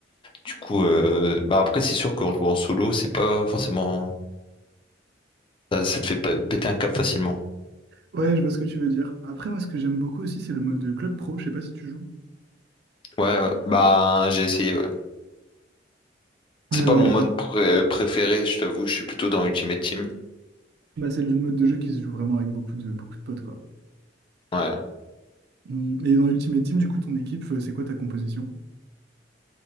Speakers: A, on the left; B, on the right.
A: Du coup, euh, bah après, c'est sûr qu'en jouant en solo, c'est pas forcément. Ça, ça te fait pas- péter un cap facilement.
B: Ouais, je vois ce que tu veux dire. Après, moi, ce que j'aime beaucoup aussi, c'est le mode de club pro. Je sais pas si tu joues.
A: Ouais, euh, bah j'ai essayé, ouais.
B: Euh,
A: C'est pas mon mode pré- préféré, je t'avoue, je suis plutôt dans Ultimate Team.
B: Bah, c'est le mode de jeu qui se joue vraiment avec beaucoup de, beaucoup de potes, quoi.
A: Ouais.
B: Hum, Et dans Ultimate Team, du coup, ton équipe, euh, c'est quoi ta composition?